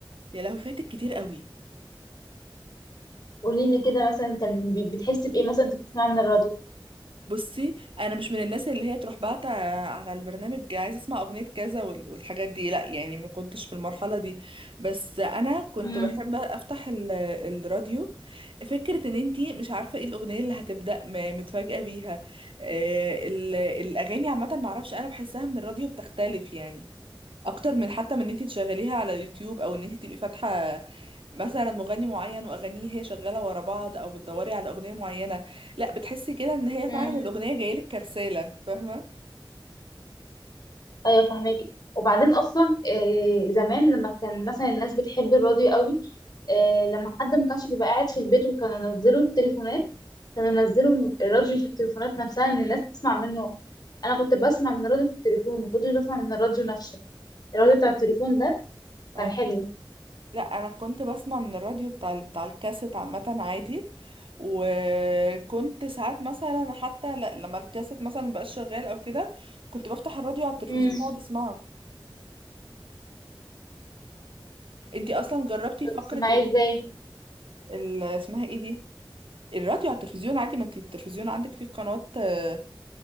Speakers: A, on the right (about 80°); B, on the left (about 50°).
A: يا لهوي فاتك كتير قوي
B: قوليلي كده مثلا كان بي- بتحس بإيه مثلا أنت بتسمعها من الراديو
A: بصي انا مش من الناس اللي هي تروح باعتة على البرنامج عايزه اسمع اغنيه كذا وال- والحاجات دي لا يعني ما كنتش في المرحله دي بس انا كنت
B: مم.
A: بحب افتح ال- الراديو فكره ان انتي مش عارفه ايه الاغنيه اللي هتبدا م- متفاجئه بيها آه، ال- الاغاني عامه ما اعرفش انا بحسها من الراديو بتختلف يعني اكتر من حتى من ان انت تشغليها على يوتيوب او ان انت تبقي فاتحه مثلا مغني معين واغانيه هي شغاله ورا بعض او بتدوري على اغنيه معينه لا بتحسي كده ان هي
B: مم.
A: فعلا الاغنيه جايلك كرساله فاهمه
B: ايوه فاهمك وبعدين اصلا آه، زمان لما كان مثلا الناس بتحب الراديو قوي آه، لما حد ما كانش بيبقى قاعد في البيت وكانوا ينزلوا التليفونات كانوا ينزلوا الراديو في التليفونات نفسها ان الناس تسمع منه انا كنت بسمع من الراديو في التليفون ما كنتش بسمع من الراديو نفسه الراديو
A: لا
B: بتاع التليفون
A: أنا-
B: ده كان
A: اه
B: حلو
A: لا انا كنت بسمع من الراديو بتاع ال- بتاع الكاسيت عامه عادي وكنت ساعات مثلا حتى ل- لما الكاسيت مثلا مبقاش شغال او كده كنت بفتح الراديو على التلفزيون
B: امم
A: واقعد اسمعه انتي اصلا جربتي
B: بتسمعيه
A: فقره ال
B: ازاي
A: ال- اسمها ايه دي الراديو على التلفزيون عادي ما انت التلفزيون عندك فيه قنوات آه،